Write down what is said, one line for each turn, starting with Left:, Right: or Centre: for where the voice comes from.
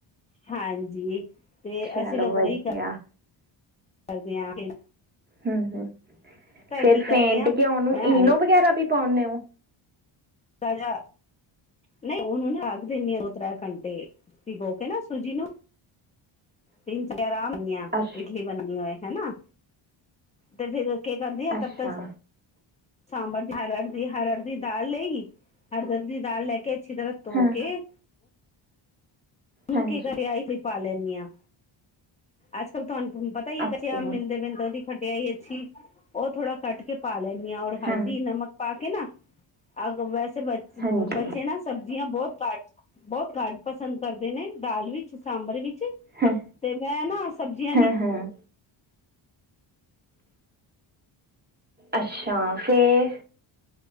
Left: ਹਾਂਜੀ। ਤੇ
Right: ਚਲੋ
Left: ਅਸੀਂ ਲੋਗ
Right: ਵਧੀਆ
Left: ਓਹੀ ਕਰ ਕਰਦੇ ਆ ਗੇ।
Right: ਹੂੰ-ਹੂੰ, ਫੇਰ
Left: ਕੀ ਕਰਦੇ
Right: ਫੇਟ
Left: ਹਾਂ
Right: ਕੇ ਉਹਨੂੰ
Left: ਮੈਂ
Right: ਈਨੋ
Left: ਹਲਕਾ
Right: ਵਗੈਰਾ ਵੀ ਪਾਉਂਣੇ ਓ?
Left: ਦਾ ਜਾ, ਨਹੀਂ ਉਹਨੂੰ ਨਾ ਰੱਖ ਦਿੰਦੇ ਉਹ ਦੋ ਤਿੰਨ ਘੰਟੇ ਭੀਗੋ ਕੇ ਨਾ ਸੂਜੀ ਨੂੰ <unintelligible> ਆ
Right: ਅੱਛ
Left: ਇਡਲੀ ਬਣਨੀ ਹੋਏ ਹੈਨਾ, ਤੇ ਫਿਰ। ਕੇ ਖਾਦੇ ਆ
Right: ਅੱਛਾ
Left: ਦੱਸ-ਦੱਸ, ਸਾਂਬਰ ਦੀ ਅਰਹਰ ਦੀ ਅਰਹਰ ਦੀ ਦਾਲ ਲਏਗੀ ਅਰਹਰ ਦੀ ਦਾਲ ਲੈ ਕੇ ਅੱਛੀ ਤਰ੍ਹਾਂ ਧੋ
Right: ਹਾਂ
Left: ਕੇ, ਉਹਨੂੰ
Right: ਹਾਂਜੀ
Left: ਕੀ ਕਰਿਆ ਪਾ ਲੈਂਦੀ ਹਾਂ, ਅੱਜ-ਕੱਲ ਤੁਹਾਨੂੰ ਹ ਪਤਾ ਹੀ ਏ
Right: ਓਕੇ
Left: ਕੱਚੇ ਆਮ ਮਿਲਦੇ ਪਿਲਦਾ ਉਹਦੀ ਖਟਿਆਈ ਅੱਛੀ ਉਹ ਥੋੜਾ ਕੱਟ ਕੇ ਪਾ ਲੈਂਦੀ ਐ ਔਰ ਹਲਦੀ
Right: ਹਾਂ
Left: ਨਮਕ ਪਾ ਕੇ ਨਾ <unintelligible>
Right: ਹਾਂਜੀ
Left: ਸਬਜ਼ੀਆਂ ਬਹੁਤ ਘੱਟ ਬਹੁਤ ਘੱਟ ਪਸੰਦ ਕਰਦੇ ਨੇ ਦਾਲ ਵਿੱਚ ਸਾਂਬਰ ਵਿੱਚ,
Right: ਹਾਂ
Left: ਤੇ ਮੈਂ ਨਾ ਸਬਜ਼ੀਆਂ
Right: ਹਾਂ
Left: ਦੀ
Right: ਹਾਂ। ਅੱਛਾ, ਫੇਰ